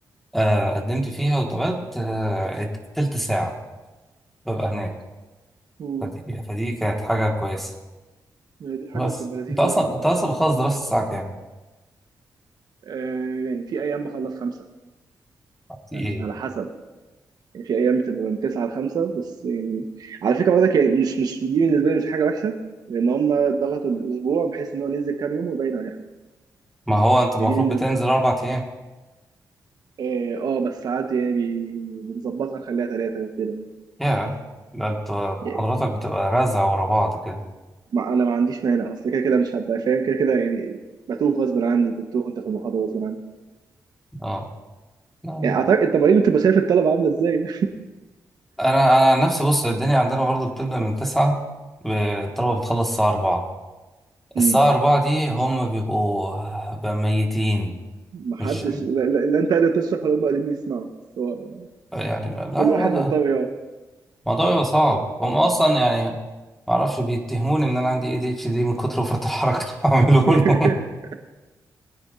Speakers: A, in the centre; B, on the right.
A: آه قدمت فيها واتقبلت آه تلت ساعه ببقى هناك
B: مم.
A: فدي, فدي كانت حاجه كويسه
B: يعني دي حاجه
A: بس
B: بتبقى لذيذه
A: انت اصلا
B: أوي الصراحه
A: انت اصلا بتخلص دراسه الساعه
B: آه يعني في ايام بخلص خمسه
A: كام؟
B: يعني على حسب يعني في ايام بتبقى من تسعه لخمسه بس يعني على فكره برضك يعني مش مش دي بالنسبه لي مش حاجه وحشه لان هم ضغطوا الاسبوع بحيث ان هو ننزل كام يوم ويبين على حاجه
A: ما هو انت المفروض
B: يعني دي بالنسبه
A: بتنزل اربع ايام
B: اه آه، بس ساعات يعني بي- بنظبطها نخليها ثلاثه كده
A: يا ده انت
B: يعني
A: حضرتك بتبقى رزع ورا بعض كده
B: ما انا ما عنديش مانع اصل كده كده مش هبقى فاهم كده كده يعني بتوه غصب عني بتوه وانت في المحاضره غصب عني
A: اه آه.
B: يعني اعتقد التمارين اللي بتبقى شايف الطلبه عامله ازاي
A: انا انا عن نفسي بص الدنيا عندنا برضو بتبدا من تسعة ب- الطلبه بتخلص الساعه أربعة
B: مم.
A: الساعه أربعة دي هم بيبقوا بقى ميتين
B: محدش
A: مش
B: لا, لا, لا انت قادر تشرح ولا هم قادرين يسمعوا بس هو
A: يعني لا
B: كل
A: الوضع
B: واحد مضطر يقعد
A: الموضوع بيبقى صعب هم اصلا يعني ما اعرفش بيتهموني ان انا عندي اي دي اتش دي من كتر فرط الحركه اللي بعمله
B: <laughs>